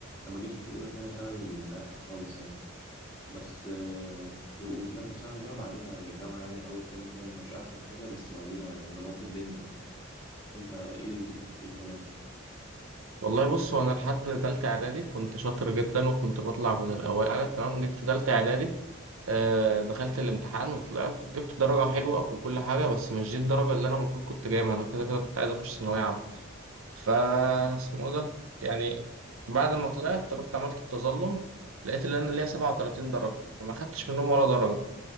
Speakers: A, on the left (about 20°); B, on the right (about 75°).
A: لما جيت في اولى ثانيه ثانوي ريحت خالص يعني بس آه، وثالثه ثانوي بقى بعديها الجامعه يعني اول ترم كده ما كانش احسن حاجه بس بعديها ظبطت الدنيا يعني انت ايه ال- ايه الكلام
B: والله بص هو أنا لحد تالتة إعدادي كنت شاطر جدا وكنت بطلع من الأوائل تمام جيت في تالتة إعدادي آه، دخلت الامتحان وطلعت جبت درجة حلوة وكل حاجة بس مش دي الدرجة اللي أنا المفروض كنت جايبها أنا كده كده كنت عايز أخش ثانوية عامة ف اسمه إيه ده يعني بعد ما طلعت رحت عملت التظلم لقيت ان انا ليا 37 درجه فما خدتش
A: مم.
B: منهم ولا درجه